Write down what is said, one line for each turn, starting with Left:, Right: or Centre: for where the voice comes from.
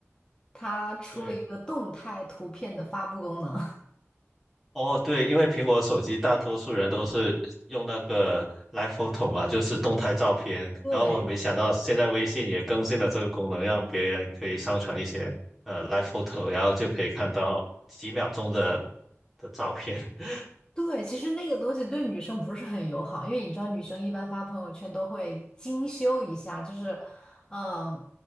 Left: 它出了一个动态图片的发布功能，
Centre: 对，哦，对，因为苹果手机大多数人都是用那个 Live Photo 嘛，就是动态照片。
Left: <laughs> 对。
Centre: 然后我没想到现在微信也更新了这个功能，让别人可以上传一些呃 Live Photo，然后就可以看到几秒钟的的照片。<laughs>
Left: 对，其实那个东西对女生不是很友好，因为你知道，女生一般发朋友圈都会精修一下，就是，嗯、